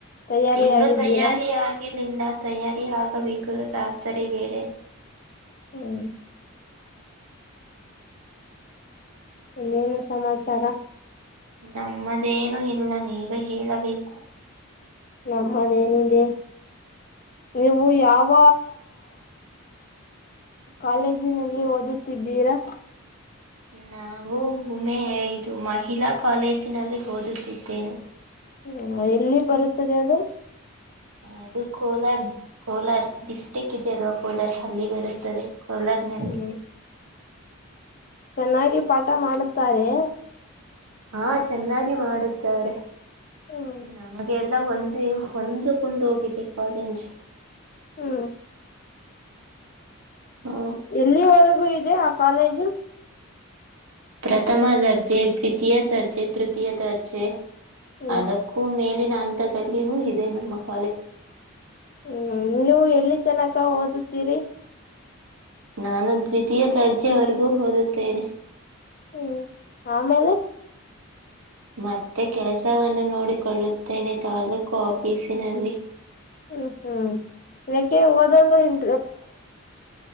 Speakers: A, on the left (about 40°); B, on the right (about 85°).
A: ತಯಾರಿ
B: ಇನ್ನುೂ
A: ಆಗಿದ್ದೀರಾ
B: ತಯಾರಿ ಆಗಲಿಲ್ಲ ತಯಾರಿ ಆಗಬೇಕು ರಾತ್ರಿ ವೇಳೇಳೆ
A: ಹ್ಮ್ ಇನ್ನೇನು ಸಮಾಚಾರ
B: ನಮ್ಮದೇನು ಇಲ್ಲ ನೀವೇ ಹೇಳಬೇಕು
A: ನಮ್ಮದೇನಿದೆ ನೀವು ಯಾವ ಕಾಲೇಜಿನಲ್ಲಿ ಓದುತ್ತಿದ್ದೀರಾ
B: ನಾನು ಉಮೆ ಐದು ಮಹಿಳಾ ಕಾಲೇಜಿನಲ್ಲಿ ಓದುತ್ತಿದ್ದೇನೆ
A: ಹ್ಮ್ ಎಲ್ಲಿ ಬರುತ್ತದೆ ಅದು
B: ಅದು ಕೋಲಾರ್ ಕೋಲಾರ್ ಡಿಸ್ಟಿಕ್ ಇದೆ ಅಲ್ವಾ ಕೋಲಾರ ಹಲ್ಲಿ ಬರುತ್ತದೆ ಸಲಾರನಲ್ಲಿ
A: ಹ್ಮ್ ಚೆನ್ನಾಗಿ ಪಾಠ ಮಾಡುತ್ತಾರೆ
B: ಹಾ ಚೆನ್ನಾಗಿ ಮಾಡುತ್ತಾರೆ
A: ಹ್ಮ್
B: ನಮಗೆಲ್ಲ ಹೊಂದು ಹೊಂದಕೊಂಡು ಹೋಗಿದೆ ಕಾಲೇಜ್
A: ಹ್ಮ
B: ಹ
A: ಎಲ್ಲಿವರೆಗೂ ಇದೆ ಆ ಕಾಲೇಜು
B: ಪ್ರಥಮ ದರ್ಜೆ ದ್ವಿತೀಯ ದರ್ಜೆ ತೃತೀಯ ದರ್ಜೆ
A: ಹ್ಮ್
B: ಅದಕ್ಕೂ ಮೇಲೆ ನಾನು ದಲ್ಲಿನೂ ಇದೆ ನನ್ನ ಮಕ್ಕ
A: ಹ್ಮ್ ನೀವು ಎಲ್ಲಿ ತನಕ ಓದುತ್ತೀರಿ
B: ನಾನು ದ್ವಿತೀಯ ದರ್ಜೆವರೆಗೂ ಓದುತ್ತೇನೆ
A: ಹ್ಮ್ ಆಮೇಲೆ
B: ಮತ್ತೆ ಕೆಲಸವನ್ನು ನೋಡಿಕೊಳ್ಳುತ್ತೇನೆ ತಾಲೂಕು ಆಫೀಸಿನಲ್ಲಿ
A: ಹ್ಮ್ ಹ್ಮ್ ಯಾಕೆ ಓದಲ್ ಇಂ